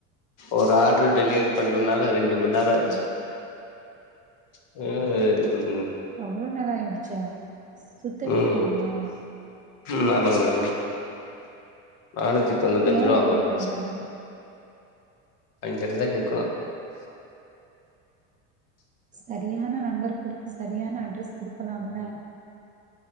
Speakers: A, on the left; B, on the right.
A: ஒரு ஆட்ர் டெலிவரி பண்றனால ரெண்டு ரெம்ப நேராச்சி
B: ஓகே
A: <unintelligible>
B: அவ்ளோ நேர ஆயிடுச்சா சுத்த
A: உம்
B: விட்டுட்டாங்களா
A: உம் ஆமங்க மேடம் நானூத்தி தொண்ணுத்தஞ்சிர்வா
B: ஏ இப்டி
A: வாங்கணு
B: பண்றாங்க
A: அவங்ககிட்டதா கேக்கணு
B: சரியான நம்பர் குடுத்து சரியான அட்ரஸ் குடுக்கலாம்ல